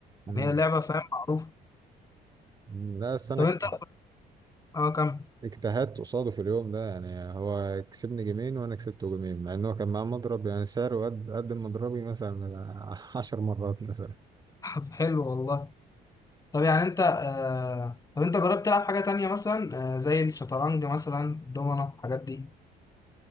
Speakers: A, on the right; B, on the left.
A: مم.
B: يعني هي لعبة فاهم معروفة
A: مم. لا بس انا
B: طب
A: اكت-
B: انت اه كمل
A: اجتهدت قصاده في اليوم ده يعني هو كسبني جيمين وانا كسبته جيمين مع ان هو كان معاه مضرب يعني سعره قد قد مضربي مثلا <laughs> 10 مرات مثلا
B: <laughs> حلو والله طب يعني انت آه... طب انت جربت تلعب حاجة تانية مثلا آه... زي الشطرنج مثلا الدومنة الحاجات دي